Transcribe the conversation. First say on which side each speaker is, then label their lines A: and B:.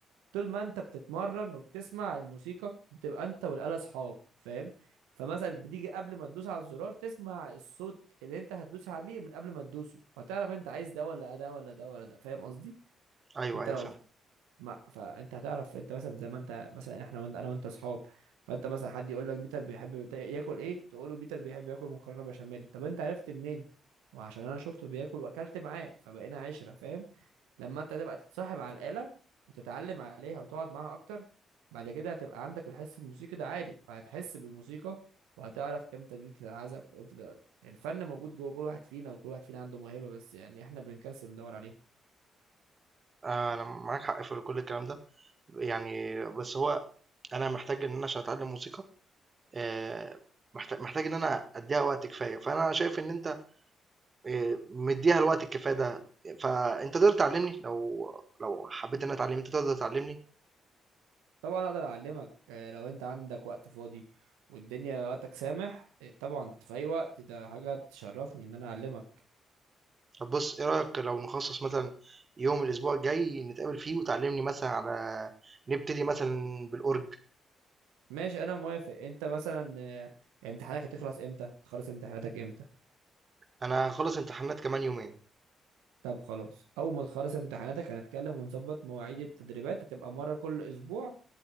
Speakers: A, on the right; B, on the right.
A: طول ما انت بتتمرن وبتسمع الموسيقى بتبقى انت والآلة اصحاب فاهم فمثلا بتيجي قبل ما تدوس على الزرار تسمع الصوت اللي انت هتدوس عليه من قبل ما تدوسه فتعرف انت عايز ده ولا ده ولا ده ولا ده فاهم قصدي
B: أيوه،
A: انت
B: أيوه
A: لو
B: فهمت.
A: ما فانت هتعرف انت مثلا زي ما انت مثلا احنا وانت انا وانت اصحاب فانت مثلا حد يقول لك بيتر بيحب بتا- ياكل ايه تقول له بيتر بيحب ياكل مكرونه بشاميل طب انت عرفت منين ما عشان انا شفته بياكل واكلت معاه فبقينا عشره فاهم لما انت تبقى تتصاحب على الاله وتتعلم عليها وتقعد معاها اكتر بعد كده هتبقى عندك الحس الموسيقي ده عالي فهتحس بالموسيقى وهتعرف امتى دي تتعزف وامتى ده. الفن موجود جوه كل واحد فينا وكل واحد فينا عنده موهبه بس يعني احنا بنكسل ندور عليه
B: آآ أنا معاك حق في كل الكلام ده، يعني بس هو أنا محتاج إن أنا عشان أتعلّم موسيقى آآ محت محتاج إن أنا أدّيها وقت كفاية، فأنا شايف إن أنت آآ مدّيها الوقت الكفاية ده، فأنت تقدر تعلّمني لو لو حبّيت إن أنا أتعلّم، أنت تقدر تعلّمني؟
A: طبعا اقدر اعلمك آه، لو انت عندك وقت فاضي والدنيا وقتك سامح آه، طبعا في اي وقت ده حاجه تشرفني ان انا اعلمك
B: طب بص ايه رأيك لو نخصص مثلا يوم الاسبوع الجاي نتقابل فيه وتعلمني مثلا على نبتدي مثلا بالأورج
A: ماشي انا موافق انت مثلا آه، امتحانك هتخلص امتى تخلص امتحاناتك امتى
B: انا هخلص امتحانات كمان يومين
A: طب خلاص اول ما تخلص امتحاناتك هنتكلم ونظبط مواعيد التدريبات هتبقى مره كل اسبوع